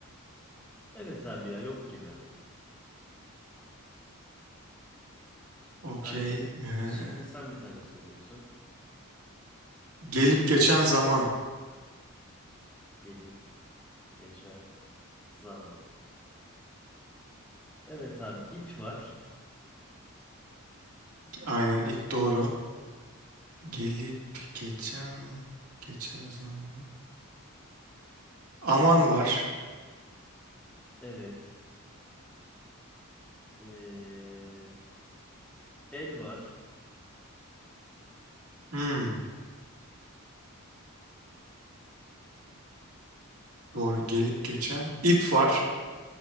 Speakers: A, in the centre; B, on the right.
A: Evet abi ya yok gibi.
B: Okey.
A: Aynen.
B: Ee,
A: Şimdi sen bir tane söylüyorsun.
B: gelip geçen zaman.
A: Gelip geçen zaman. Evet abi ip var.
B: Aynen ip doğru. Gelip geçen geçen zaman. Aman var.
A: Evet. Ee, el var.
B: Hmm, doğru. Gelip geçen. İp var.